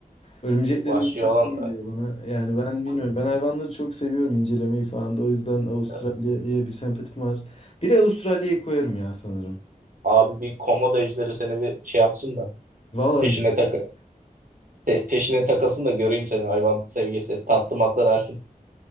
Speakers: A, on the left (about 45°); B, on the right (about 65°).
A: Örümcekleri
B: Vahşi
A: bile tatlı
B: olan
A: geliyor
B: e,
A: bana. Yani ben
B: ku-
A: bilmiyorum. Ben hayvanları çok seviyorum incelemeyi falan da. O yüzden Avustralya'ya
B: e,
A: bir sempatim var. Bir de Avustralya'yı koyarım ya sanırım.
B: abi bir komodo ejderi seni bir şey yapsın da
A: Valla
B: peşine tak peşine takasın da göreyim seni hayvan sevgisi tatlı matlı dersin.